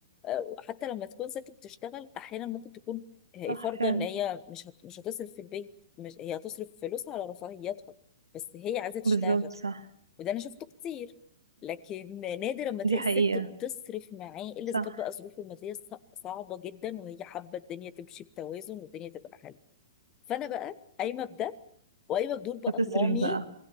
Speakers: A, on the left (about 25°); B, on the right (about 85°).
A: آه، حتى لما تكون ست بتشتغل احيانا ممكن تكون هي
B: صح
A: فارضه
B: فعلا
A: ان هي مش هت... مش هتصرف في البيت مش هي هتصرف فلوسها على رفاهيتها بس هي عايزه تشتغل
B: بالظبط صح
A: وده انا شفته كتير لكن نادر اما تلاقي
B: دي حقيقة
A: الست بتصرف معاه الا
B: صح
A: اذا كانت بقى ظروفه الماديه ص- صعبه جدا وهي حابه الدنيا تمشي بتوازن والدنيا تبقى حلوه فانا بقى قايمه بده وقايمه بدور بقى
B: فتصرف
A: المامي
B: بقى